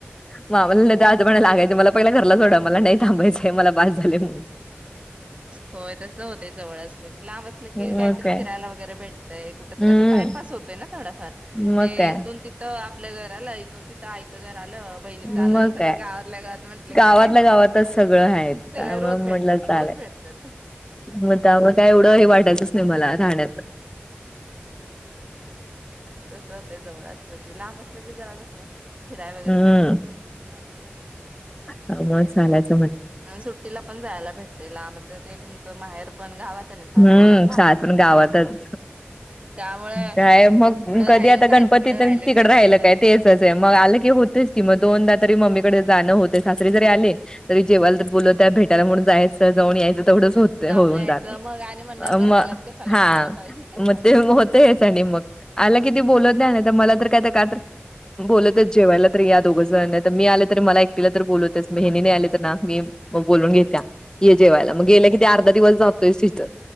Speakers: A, on the left; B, on the right.
A: नाव लिल्यात त्या आजोबांना लागायच म लप पयला घरला सोडा मला नाई थांबायचंय मला बास झालय म्हणून
B: होय तस होतय जवळ असलं की लांब असलं की
A: मग
B: कायतरी
A: काय
B: फिरायला वगैरे भेट ते कुठ तरी
A: हम्म
B: असं टाइमपास होतोय ना थोडाफार
A: मग
B: हे
A: काय
B: इथून तिथं अ आपल्या घराला इथून तिथं आईचं घर जालं बहिणीच
A: मग
B: आलं सगळ
A: काय
B: गावातल्या गावात म्हंटलं
A: गावातल्या
B: की ते
A: गावातच सगळं आहे त्यामुळे
B: सगळ रोज भेट
A: म्हटलं
B: रोज
A: चालेल
B: भेटत्यात
A: मग त्यामुळे काय एवढं हे वाटायचंच नाही मला राहण्याचं
B: तस होतय जवळ असल ते लांब असल की जरा कस फिराय वगैरे
A: हम्म
B: भेटतय, <unintelligible> <unintelligible>
A: त्यामुळे चालायच
B: आन् सुट्टीला पण जायाला भेटतय लांब त ते तुम च माहेर पण गावात आणि सासर
A: हम्म
B: पण
A: सासण गावातच
B: त्यामुळे
A: काय मग
B: इकडं
A: कधी
B: राहिल
A: आता
B: काय
A: गणपती
B: तिकडं
A: तेन
B: राहिलं
A: तिकड राहिल
B: सेमच
A: काय तेचच ये मग आलं की होतयच कि म दोनदा तरी मम्मीकडे जाणं होतय सासरी जरी आले तरी जेवायला तर बोलवत्या भेटायला म्हणून जायचं जाऊन यायचं तेवढंच होते
B: जाऊन
A: होऊन
B: यायचं
A: जाते
B: मग
A: मग
B: आणि म्हणणार राहायलाच कशाला
A: हा
B: जायला पाहिजे
A: मग ते होतयच आणि मग आला कि ती बोलत नाही ना तर मला तर काय का तर बोलतच जेवायला तर या दोघं जण नाही तर मी आले तरी मला एकटीला तर बोलवतेच मग हेनी नाही आली तर ना मी मग बोलवुन घेत्या हे जेवायला मग गेले की अर्धा दिवस बस इथं